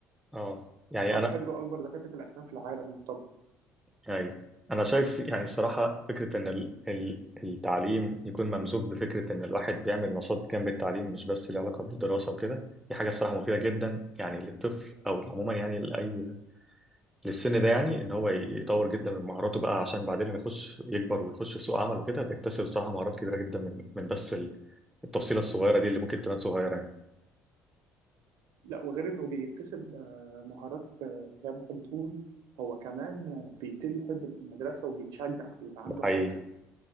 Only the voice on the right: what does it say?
حضروا أكبر دكاترة الأسنان في العالم يعتبر
لا وغير انه بيكتسب آه، مهارات آه، زي ما انت بتقول هو كمان آه، بيبتدي يحب المدرسة وبيتشجع بيبقى
عنده
حافز